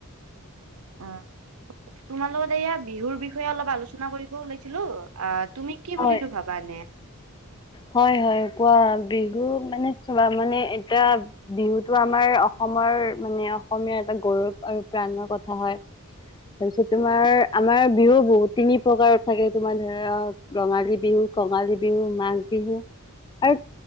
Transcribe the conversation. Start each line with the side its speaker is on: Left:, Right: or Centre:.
Right: অ তোমাৰ লগতে এয়া বিহুৰ বিষয়ে অলপ আলোচনা কৰিবও ওলাইছিলো আ তুমি কি
Left: হয়
Right: বুলিনো ভাবা এনে
Left: হয় হয় কোৱা বিহু মানে চোৱা মানে এতিয়া বিহুটো আমাৰ অসমৰ মৰ মানে অসমীয়া এটা গৌৰৱ আৰু প্ৰাণৰ কথা হয়। তাৰপিছত তোমাৰ আমাৰ বিহু বহুত তিনি প্ৰকাৰত থাকে তোমাৰ ধৰা ৰঙালী বিহু, কঙালী বিহু, মাঘ বিহু আৰু